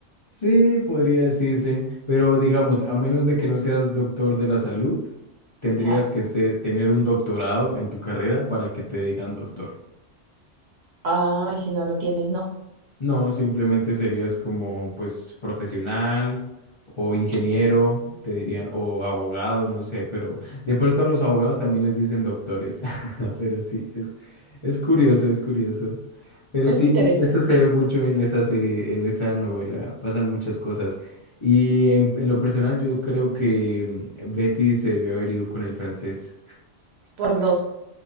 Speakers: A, on the left; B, on the right.
A: Sí, podría decirse, pero digamos, a menos de que no seas doctor de la salud, tendrías
B: Ajá.
A: que se- tener un doctorado en tu carrera para que te digan doctor.
B: ah y si no lo tienes, no.
A: No, simplemente serías como pues profesional o ingeniero,
B: <tsk> Oh,
A: te dirían, o abogado, no sé, pero de pronto a los abogados también les dicen doctores, <laughs> pero sí, es, es curioso, es curioso. Pero
B: es
A: sí,
B: interesante.
A: y eso se ve mucho en esa serie, en esa novela, pasan muchas cosas. Y en, en lo personal yo creo que mm, Betty se debió haber ido con el francés.
B: Por dos.